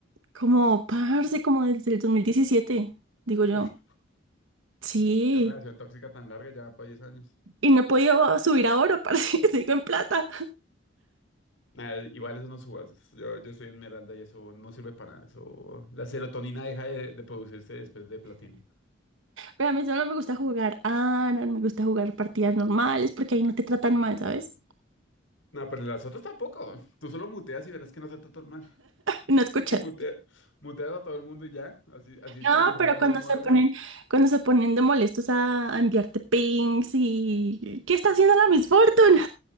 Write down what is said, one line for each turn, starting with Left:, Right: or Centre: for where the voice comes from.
Right: como, parce, como desde el 2017, digo yo.
Left: Uf,
Right: Sí,
Left: qué relación tóxica tan larga, ya para 10 años.
Right: y no he podido subir a oro, parce, <laughs> sigo en plata.
Left: Nada, igual eso no subas. Yo, yo soy Esmeralda y eso no sirve para nada. Eso, la serotonina deja de, de producirse después de platino.
Right: Pero a mí solo me gusta jugar ARAN, me gusta jugar partidas normales, porque ahí no te tratan mal, ¿sabes?
Left: No, pero las otras tampoco. Tú solo muteas y verás que no te tratan mal.
Right: No escuchas.
Left: <laughs> Mutea, muteas a todo el mundo y ya. Así, así es
Right: No,
Left: como se juega
Right: pero
Left: el
Right: cuando
Left: LOL moderno.
Right: se ponen, cuando se ponen de molestos a, a enviarte pings y ¿qué está haciendo la Miss Fortune?